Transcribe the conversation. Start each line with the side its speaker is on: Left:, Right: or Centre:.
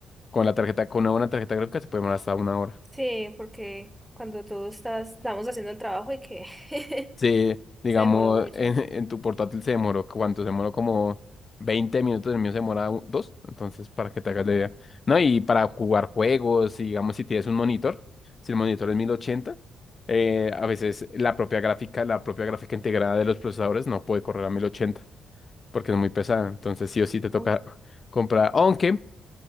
Left: Con la tarjeta, con una buena tarjeta gráfica se puede demorar hasta una hora.
Centre: Sí, porque cuando tú estás, estamos haciendo el trabajo y que <laughs>
Left: Sí, digamos,
Centre: se demoró mucho.
Left: en, en tu portátil se demoró, ¿cuánto? Se demoró como 20 minutos, el mío se demora un- dos, entonces para que te hagas la idea. No, y para jugar juegos, y digamos, si tienes un monitor, si el monitor es 1080, eh, a veces la propia gráfica, la propia gráfica integrada de los procesadores no puede correr a 1080 porque es muy pesada, entonces sí o sí te toca
Centre: Ujú.
Left: comprar, aunque